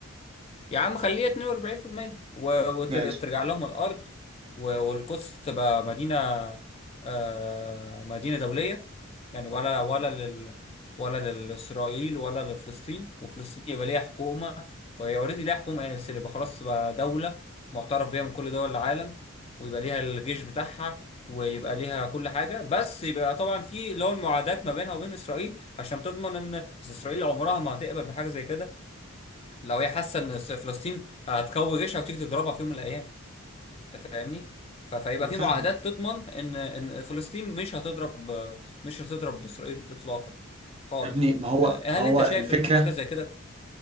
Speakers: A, on the left; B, on the right.
A: يا عم خليها 42% وترجع
B: ماشي
A: لهم الارض و- والقدس تبقى مدينه آه مدينه دوليه يعني ولا ولا لل ولا لاسرائيل ولا لفلسطين وفلسطين يبقى ليها حكومه وهي اوريدي ليها حكومه يعني بس يبقى خلاص تبقى دوله معترف بيها من كل دول العالم ويبقى ليها الجيش بتاعها ويبقى ليها كل حاجه بس يبقى طبعا في اللي هو المعادات ما بينها وبين اسرائيل عشان تضمن ان بس إسرائيل عمرها ما هتقبل بحاجه زي كده لو هي حاسه ان س- فلسطين هتقوي جيشها وتيجي تضربها في يوم من الايام انت فاهمني ف- فيبقى
B: انا
A: في
B: فاهمك
A: معاهدات تضمن ان ان فلسطين مش هتضرب مش هتضرب اسرائيل اطلاقا خالص
B: يا ابني ما هو
A: آه،
B: هو
A: هل انت شايف
B: الفكره
A: ان حاجه زي كده